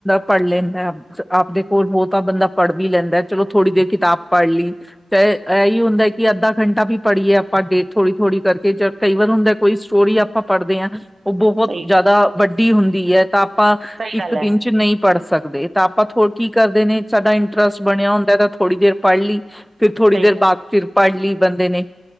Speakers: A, in the centre; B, on the right (about 45°).
A: ਪੜ ਲੇਨੇ ਆ ਆਪਦੇ ਕੋਲ ਹੋ ਤਾ ਬੰਦਾ ਪੜ ਵੀ ਲੈਂਦੈ ਚਲੋ ਥੋੜੀ ਦੇਰ ਕਿਤਾਬ ਪੜ ਲੀ। ਤੇ ਐਈ ਹੁੰਦੈ ਕਿ ਅੱਧਾ ਘੰਟਾ ਵੀ ਪੜੀਏ ਆਪਾ ਡੇ ਥੋੜੀ-ਥੋੜੀ ਕਰਕੇ ਚਲ ਕਈ ਵਾਰ ਹੁੰਦੈ ਕੋਈ ਸਟੋਰੀ ਆਪਾਂ ਪੜਦੇ ਆਂ ਨਾ ਓ
B: ਸਹੀ
A: ਜਾਦਾ ਵੱਡੀ ਹੁੰਦੀ ਐ ਤਾਂ ਆਪਾਂ
B: ਸਹੀ
A: ਇੱਕ
B: ਗੱਲ ਹੈ
A: ਦਿਨ ਚ ਨਈਂ ਪੜ ਸਕਦੇ ਤਾਂ ਆਪਾਂ ਥੋ ਕੀ ਕਰਦੇ ਨੇ ਸਾਡਾ ਇੰਟਰਸਟ ਬਨੇਆ ਹੁੰਦੈ ਤਾ ਥੋੜੀ ਦੇਰ ਪੜ ਲੀ ਫੇਰ ਥੋੜੀ
B: ਸਹੀ
A: ਦੇਰ
B: ਗੱਲ
A: ਬਾਦ ਫਿਰ ਪੜ ਲੀ ਬੰਦੇ ਨੇ,